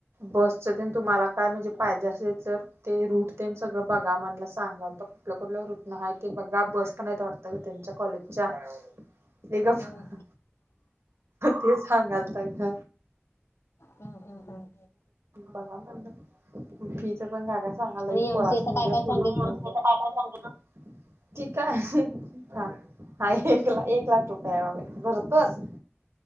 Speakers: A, on the right; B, on the left.
A: बसच तेन तुमाला काय म्हणजे पाहिजे असेल तर ते रूट तेन सगळं बघा म्हणला सांगालता आपलं कुठलं रूट न आहे ते बघा बस पण आहेत वाटतं ग त्यांच्या कॉलेजच्या ए गप्प
B: हम्म, हम्म,
A: ते सांगालता ग
B: हम्म, हम्म, हम्म.
A: बघा म्हणल फीच पण काय काय सांगालता
B: आणि एमसीए
A: पोरासनी
B: चं
A: उद्या
B: काय काय
A: पुरीच
B: सांगितलं
A: तेन ठीक आहे हा, हा एक ला एक लाख रुपये आहे बाबा भरतोस